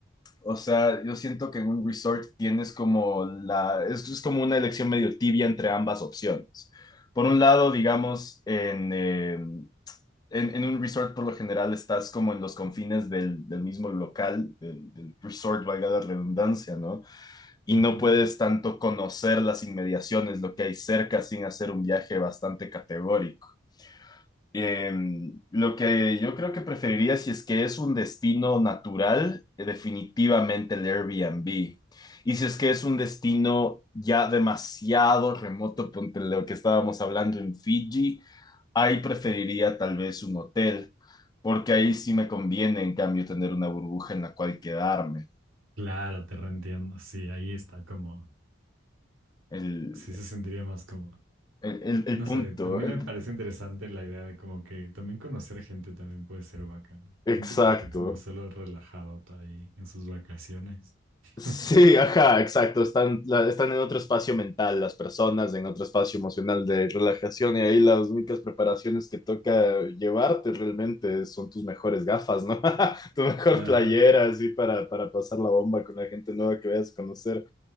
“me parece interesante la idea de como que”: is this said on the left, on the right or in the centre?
Right